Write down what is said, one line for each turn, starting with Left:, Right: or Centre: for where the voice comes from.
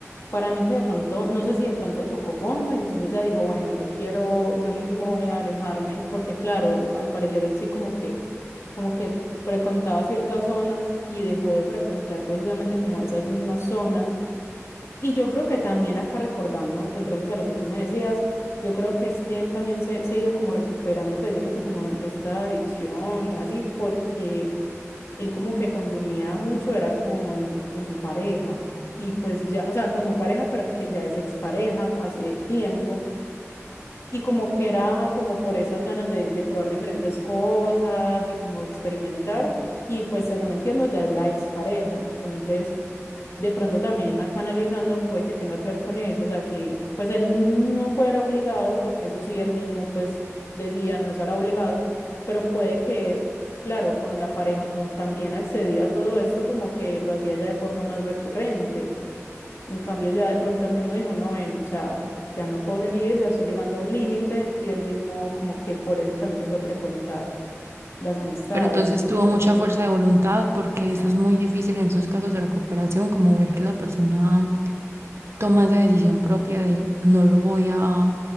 Left: Para mí que de pronto, no sé si de pronto tocó fondo y entonces ya dijo, bueno, yo quiero, yo mismo voy a alejarme, porque claro, al parecer él sí como que, como que frecuentaba ciertas zonas y dejó de frecuentar precisamente como esas mismas zonas. Y yo creo que también acá recordando, pues gracias a lo que tú me decías, yo creo que es que él también se, se ha ido como recuperando precisamente como de esta adicción o así, porque él como que consumía mucho, era con, con su pareja. Y pues ya, o sea, con su pareja, pero que ya es expareja hace tiempo. Y como que era como por esas ganas de, de probar diferentes cosas y como experimentar. Y pues según entiendo, ya es la expareja. Entonces de pronto también acá analizando puede que tenga que ver con eso, o sea, que pues él no fuera obligado, porque eso sí él mismo pues decía no estar obligado, pero puede que, claro, con la pareja como también accedía a todo esto, como que lo hacía ya de forma más recurrente. En cambio ya de pronto él mismo dijo, no, ven, o sea, ya no puedo seguir, ya estoy llegando a un límite y él mismo como que por eso también dejó de frecuentar las amistades
Right: Pero entonces
Left: y
Right: tuvo
Left: pues
Right: mucha
Left: esa,
Right: fuerza de voluntad, porque
Left: exacto,
Right: eso es muy difícil en esos casos de recuperación, como ver que la persona toma esa decisión propia de no lo voy a,